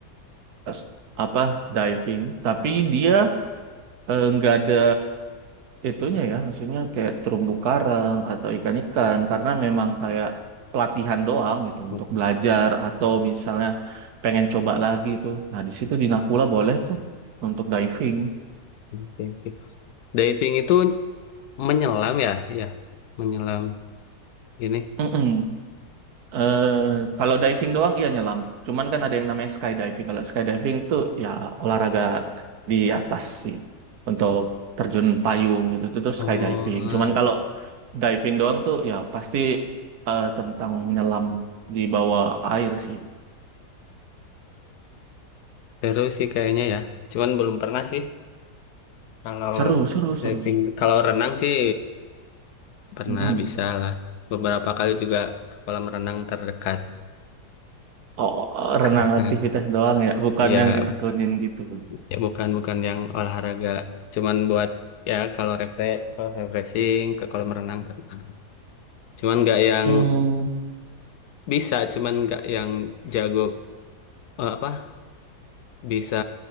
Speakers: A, on the right (about 75°); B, on the left (about 80°).
A: s- apa diving. Tapi dia eh, nggak ada itunya ya, maksudnya kayak terumbu karang atau ikan-ikan karena memang kayak pelatihan doang gitu
B: Oke,
A: untuk belajar atau misalnya pengen coba lagi tuh. Nah di situ di Nakula boleh tuh untuk diving.
B: oke, oke. Diving itu menyelam ya, ya, menyelam ini.
A: Mm-mm. eh kalau diving doang iya nyelam. Cuman kan ada yang namanya skydiving. Kalau skydiving tuh ya olahraga di atas sih untuk terjun payung gitu itu tuh
B: Oh,
A: skydiving. Cuman kalau diving doang tuh ya pasti eh, tentang menyelam di bawah air sih.
B: seru sih kayaknya ya. Cuman belum pernah sih. Kalau
A: Seru, seru,
B: diving,
A: seru.
B: kalau renang sih pernah
A: Mm-mm.
B: bisa lah. Beberapa kali juga ke kolam renang terdekat.
A: Oh, eh, renang
B: <laughs>
A: aktivitas doang ya, bukan
B: Ya,
A: yang ditekunin gitu.
B: ya bukan bukan yang olahraga cuman buat ya kalau refresh kalau refreshing ke kolam renang pernah cuman nggak yang
A: Hmm,
B: bisa cuman nggak yang jago eh, apa bisa